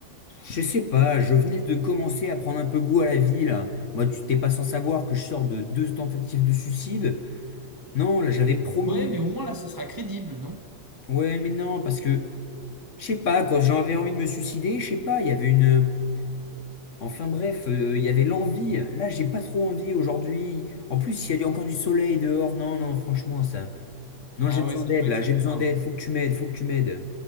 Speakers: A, on the left; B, on the right.
A: je sais pas, je venais de commencer à prendre un peu goût à la vie là. Moi, tu t'es pas sans savoir que je sors de deux tentatives de suicide. Non, là, j'avais promis.
B: Ouais, mais au moins là, ce sera crédible, non?
A: Ouais, mais non, parce que, je sais pas, quand j'avais envie de me suicider, je sais pas, il y avait une. Enfin bref, euh, il y avait l'envie. Là, j'ai pas trop envie aujourd'hui. En plus, il y a du- encore du soleil dehors. Non, non, franchement, ça. Non,
B: Ah
A: j'ai besoin
B: ouais, c'est
A: d'aide
B: vrai
A: là,
B: que ça
A: j'ai
B: craint.
A: besoin d'aide. Faut que tu m'aides, faut que tu m'aides.